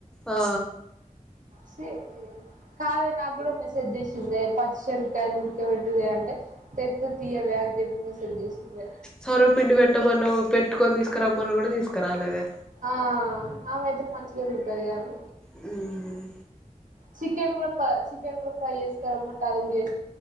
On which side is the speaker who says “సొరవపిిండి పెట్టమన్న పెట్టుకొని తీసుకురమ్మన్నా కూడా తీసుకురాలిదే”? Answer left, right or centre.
Centre